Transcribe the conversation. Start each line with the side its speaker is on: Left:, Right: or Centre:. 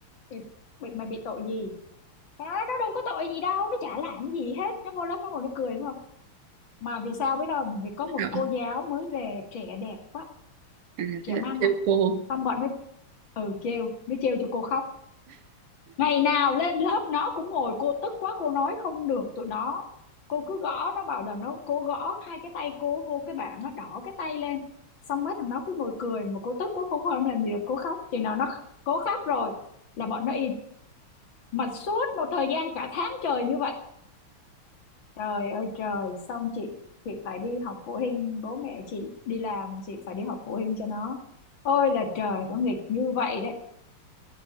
Left: "Ê, bị mày bị tội gì nó nói, nó đâu có tội gì đâu nó chả làm gì hết nó vô lớp nó ngồi nó cười thôi mà vì sao biết không vì có một
Right: à,
Left: cô giáo mới về trẻ đẹp quá
Right: thế
Left: trẻ
Right: là
Left: măng
Right: trêu
Left: à,
Right: cô
Left: xong bọn nó ừ trêu nó trêu cho cô khóc ngày nào lên lớp nó cũng ngồi cô tức quá cô nói không được tụi nó cô cứ gõ nó bảo là nó cô gõ hai cái tay cô vô cái bảng nó đỏ cái tay lên xong mấy thằng nó cứ ngồi cười mà cô tức quá cô không làm gì được cô khóc chừng nào nó cố khóc rồi là bọn nó im mà suốt một thời gian cả tháng trời như vậy trời ơi trời xong chị chị phải đi học phụ huynh bố mẹ chị đi làm chị phải đi học phụ huynh cho nó ôi là trời nó nghịch như vậy đấy